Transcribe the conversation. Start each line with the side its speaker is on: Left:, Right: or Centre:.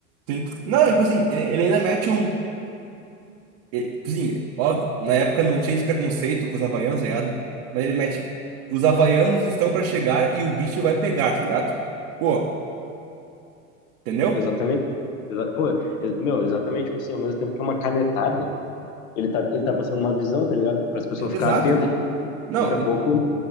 Right: sim. Não, tipo assim, ele ele ainda mete um. E, tipo assim, óbvio, na época não tinha esse preconceito com os havaianos, tá ligado? Mas ele mete, os havaianos estão pra chegar e o bicho vai pegar, tá ligado? Pô, entendeu?
Left: Exatamente. Exa- Pô, ex- meu, exatamente, tipo assim, ao mesmo tempo que é uma canetada, ele tá, ele tá passando uma visão, tá ligado, para as pessoas
Right: E- Exato.
Left: ficarem atentas,
Right: Não,
Left: daqui a pouco,
Right: e,